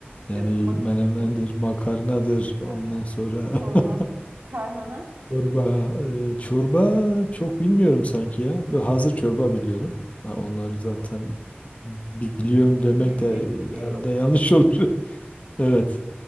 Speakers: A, on the left; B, on the right.
A: Yani
B: Canım mak-
A: menemendir,
B: m-
A: makarnadır
B: makarna,
A: ondan sonra
B: çorba,
A: <laughs>
B: tarhana
A: Çorba, e, çorba çok bilmiyorum sanki ya. Böyle hazır çorba biliyorum. Ha, Onları zaten biliyorum
B: bil- bilecek
A: demek de
B: bir şey
A: herhalde
B: yok.
A: yanlış olur. <laughs> Evet.